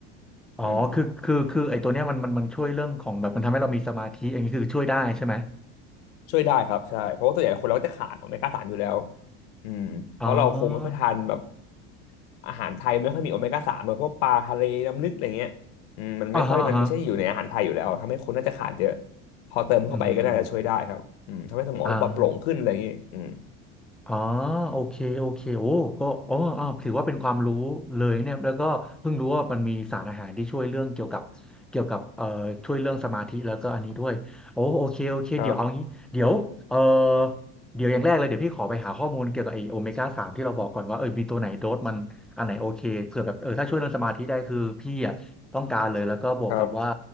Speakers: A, in the centre; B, on the left (about 80°).
A: อ๋อคือคือคือไอ้ตัวเนี้ยมันมันมันช่วยเรื่องของแบบมันทำให้เรามีสมาธิอย่างนี้คือช่วยได้ใช่ไหม
B: อืมช่วยได้ครับใช่เพราะว่าส่วนใหญ่คนเราก็จะขาดโอเมก้าสามอยู่แล้วอืมเพราะเราคงไม่ค่อยทานแบบ
A: อ๋อ
B: อาหารไทยไม่ค่อยมีโอเมก้าสามแบบพวกปลาทะเลน้ำลึกอะไรเงี้ยอืมมันไม่ค่อยมันไม่ใช่อยู่ในอาหารไทยอยู่แล้วทำให้คนน่าจะขาดเยอะ
A: อ่าฮะอ่าฮะ
B: พอเติมเข้าไปก็น่าจะช่วยได้ครับอืมทำให้สมองปลอดโปร่งขึ้นอะไรอย่างนี้อืม
A: อืมอ่า อ๋อโอเคโอเคโอ้ก็อ๋ออ่าถือว่าเป็นความรู้เลยเนี่ยแล้วก็เพิ่งรู้ว่ามันมีสารอาหารที่ช่วยเรื่องเกี่ยวกับเกี่ยวกับเอ่อช่วยเรื่องสมาธิแล้วก็อันนี้ด้วยโอ้โอเคโอเคเดี๋ยวเอางี้เดี๋ยวเอ่อ
B: ครับ
A: เดี๋ยวอย่างแรกเลยเดี๋ยวพี่ขอไปหาข้อมูลเกี่ยวกับไอโอเมก้าสามที่เราบอกก่อนว่าเออมีตัวไหนโดสมันอันไหนโอเคเผื่อแบบเออถ้าช่วยเรื่องสมาธิได้คือพี่อ่ะต้องการเลยแล้วก็บวกกับว่า
B: ครับ